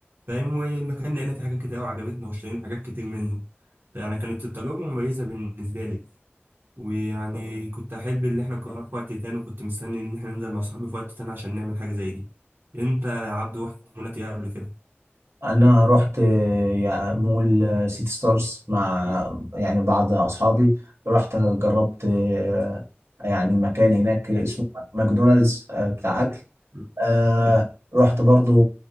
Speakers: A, on the right; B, on the right.
A: فاهم والمكان لقينا فيه حاجات كتير أوي عجبتنا واشترينا حاجات كتير منه يعني كانت التجربة مميزة بالنسبة لي ويعني كنت أحب إن احنا نكررها في وقت تاني وكنت مستني إن احنا ننزل مع صحابي في وقت تاني عشان نعمل حاجة زي دي أنت يا عبدو رحت مولات إيه قبل كده؟
B: انا رحت يعني مول آه، سيتي ستارز مع يعني بعض اصحابي رحت جربت آه، يعني مكان هناك اسمه ماكدونالدز آه، بتاع اكل
A: م-
B: آه،
A: م.
B: رحت برضو